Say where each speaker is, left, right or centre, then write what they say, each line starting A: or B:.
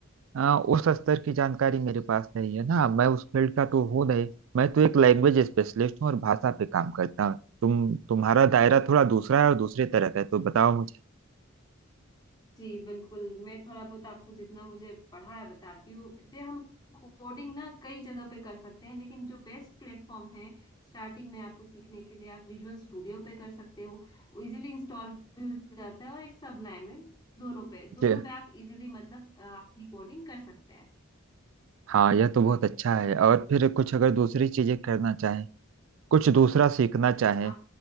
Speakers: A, on the right (about 70°); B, on the left (about 20°).
A: अ, उस स्तर की जानकारी मेरे पास नहीं है ना मैं उस फील्ड का तो हूँ नहीं मैं तो एक लैंग्वेज स्पेशलिस्ट हूँ और भाषा पे काम करता हूँ तुम तुम्हारा दायरा थोड़ा दूसरा है और दूसरे तरह का है तो बताओ मुझे
B: जी बिल्कुल मैं थोड़ा बहुत आपको जितना मुझे पढ़ा है बताती हूँ जे हम कोडिंग ना कई जगह पे कर सकते हैं लेकिन जो बेस्ट प्लेटफॉर्म है स्टार्टिंग में आपको सीखने के लिए आप विजुअल स्टूडियो पे कर सकते हो वो इजीली इंस्टॉल भी हो जाता है और एक सबलाइन में दोनों पे दोनों
A: जी
B: पे आप इजीली मतलब अ, अपनी कोडिंग कर सकते हैं
A: हाँ यह तो बहुत अच्छा है और फिर कुछ अगर दूसरी चीजें करना चाहें कुछ दूसरा सीखना चाहें
B: अ,